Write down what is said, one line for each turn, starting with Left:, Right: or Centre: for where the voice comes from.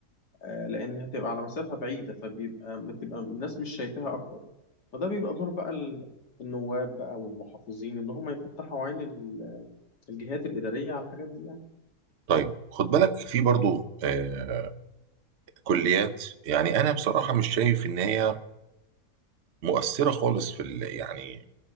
Left: آه، لان هتبقى على مسافه بعيده فبيبقى بتبقى الناس مش شايفاها اكتر وده بيبقى دور بقى ال- النواب بقى والمحافظين ان هم يفتحوا عين ال- الجهات الاداريه على الحاجات دي يعني
Right: طيب خد بالك في برضو آه كليات يعني انا بصراحه مش شايف ان هي مؤثره خالص في ال... يعني